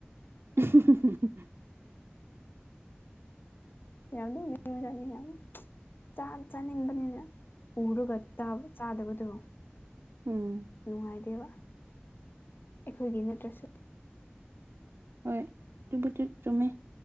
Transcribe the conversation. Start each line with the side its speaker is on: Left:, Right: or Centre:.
Right: <inaudible>
Left: ꯌꯥꯝ ꯅꯣꯛꯅꯤꯡꯖꯠꯅꯤ ꯆꯥ ꯆꯥꯅꯤꯡꯕꯅꯤꯅ ꯎꯔꯒ ꯆꯥꯗꯕꯗꯣ
Right: ꯎꯝ
Left: ꯅꯨꯡꯉꯥꯏꯗꯦꯕ ꯑꯩꯈꯣꯏꯒꯤ ꯅꯠꯇ꯭ꯔꯁꯨ
Right: ꯍꯣꯏ ꯇꯨꯕꯨꯗꯤ ꯆꯨꯝꯃꯦ